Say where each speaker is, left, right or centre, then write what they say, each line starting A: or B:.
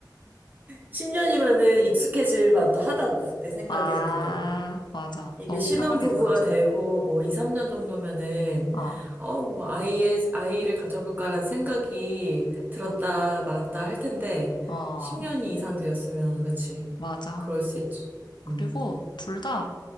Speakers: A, on the right; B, on the left.
A: 10년이면은 익숙해질 만도 하다고. 내 생각엔
B: 아,
A: 그래.
B: 맞아.
A: 이게
B: 너무
A: 신혼부부가
B: 편하게 살아서.
A: 되고, 뭐, 2, 3년 정도면은,
B: 어,
A: 어, 뭐, 아이의, 아이를 가져볼까라는 생각이 들었다
B: 응,
A: 말았다 할 텐데,
B: 어,
A: 10년이 이상 되었으면, 그치.
B: 맞아.
A: 그럴 수 있지.
B: 그리고
A: 음.
B: 둘 다,